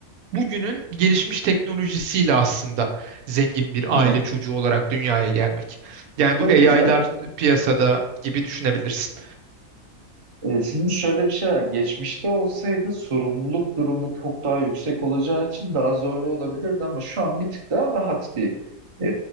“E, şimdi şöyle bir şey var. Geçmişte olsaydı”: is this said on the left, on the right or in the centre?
Right